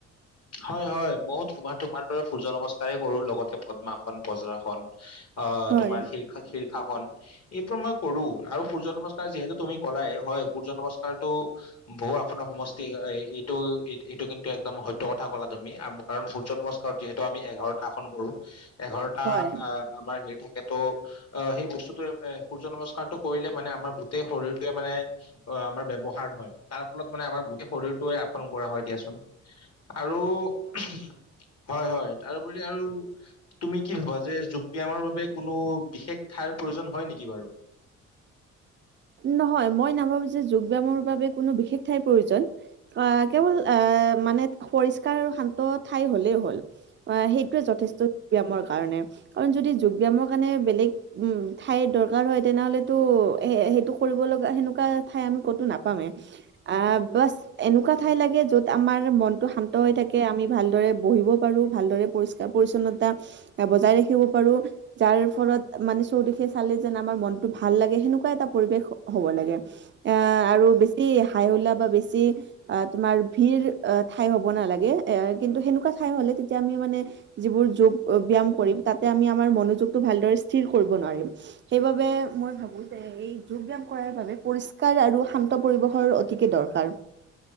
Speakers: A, on the left; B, on the right.
A: হয় হয় ময়ো তোমাৰ দৰে সূৰ্য নমস্কাৰেই কৰো লগতে পদ্মাসন বজ্ৰাসন অ'
B: হয়,
A: তোমাৰ শীৰ্ষ শীৰ্ষাসন এইবোৰ মই কৰো, আৰু সূৰ্য নমস্কাৰ যিহেতু তুমি ক'লাই হয় সূৰ্য নমস্কাৰটো বহু আসনৰ সমষ্টি। এইটো এইটো কিন্তু একদম স কথা ক'লা তুমি, কাৰণ সূৰ্য নমস্কাৰত যিহেতু আমি এঘাৰটা আসন কৰো। এঘাৰটা
B: হয়।
A: আহ আমাৰ হেৰি থাকেতো আহ সেই বস্তুটোৱে সূৰ্য নমস্কাৰটো কৰিলে মানে আমাৰ গোটেই শৰীৰটোৱে মানে অ' আমাৰ ব্যৱহাৰ হয়, তাৰ ফলত মানে আমাৰ গোটেই শৰীৰটোৱে আসন কৰা হয় দিয়াচোন। আৰু হয় হয় তাৰপৰি আৰু তুমি কি ভাবা যে যোগ ব্যয়ামৰ বাবে কোনো বিশেষ ঠাই প্ৰয়োজন হয় নেকি বাৰু?
B: নহয় মই নাভাবো যে যোগ ব্যায়ামৰ বাবে কোনো বিশেষ ঠাইৰ প্ৰয়োজন। অ' কেৱল এ মানে পৰিষ্কাৰ আৰু শান্ত ঠাই হ'লেই হ'ল। হয় সেইটোৱে যথেষ্ট দিয়া মোৰ কাৰণে কাৰণ যদি যোগ ব্যায়ামৰ কাৰণে বেলেগ। উম ঠাইৰ দৰকাৰ হয় তেনেহলেতো সে - সেইটো। কৰিব লগা সেনেকুৱা ঠাই আমি কতো নাপামে। আহ বাছ এনেকুৱা ঠাই লাগে য'ত আমাৰ মন টো শান্ত হৈ থাকে আমি ভালদৰে বহিব পাৰোঁ ভালদৰে পৰিষ্কাৰ পৰিচ্ছন্নতা বজাই ৰাখিব পাৰো। যাৰ ফলত মানে চৌদিশে চালে যেন আমাৰ মনতটো ভাল লাগে সেনেকুৱা এটা পৰিৱেশ। হ'ব লাগে আহ আৰু বেছি হাই হুল্লা বা বেছি তোমাৰ ভিৰ। অহ ঠাই হ'ব নালাগে এ কিন্তু সেনেকুৱা ঠাই হ'লে তেতিয়া আমি মানে। যিবোৰ যোগ ব্যয়াম কৰিম তাতে আমি আমাৰ মনোযোগটো ভালদৰে স্থিৰ কৰিব নোৱাৰিম? সেইবাবে মই ভাবো যে এই। যোগ ব্যায়াম কৰাৰ বাবে পৰিষ্কাৰ আৰু শান্ত পৰিবেশৰ অতিকে দৰকাৰ।